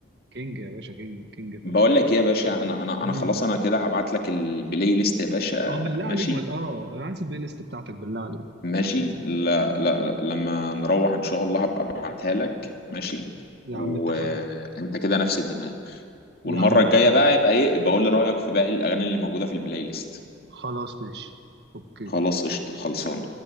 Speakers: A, on the right (about 60°); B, on the left (about 50°).
A: كينج يا باشا كينج كينج فعلا
B: بقول لك ايه يا باشا انا انا
A: امم
B: انا خلاص انا كده هبعت لك البلاي ليست يا باشا
A: اه بالله
B: ماشي
A: عليك ما ت- اه انا عايز البلاي ليست بتاعتك بالله عليك
B: ماشي لا لا لا، لما نروح ان شاء الله هبقى ابعتها لك ماشي
A: يا
B: وانت
A: عم اتفقنا
B: كده نفس الدماغ والمرة
A: يا عم اتفقنا
B: الجاية بقى يبقى ايه بقول لي رأيك في باقي الاغاني اللي موجودة في البلاي ليست
A: خلاص ماشي اوكي
B: خلاص قشطة خلصان